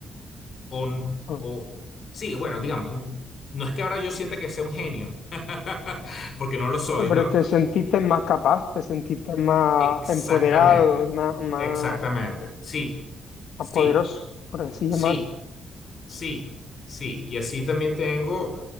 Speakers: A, on the left; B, on the left.
A: o, n-
B: Ah.
A: o sí, bueno, digamos, n- no es que ahora yo sienta que sea un genio, <laughs> porque no lo soy,
B: Pero
A: ¿no?
B: te sentiste más capaz, te sentiste más
A: Exactamente,
B: empoderado, más, más,
A: exactamente. Sí, sí,
B: más poderoso, por así
A: sí,
B: llamarlo.
A: sí, sí. Y así también tengo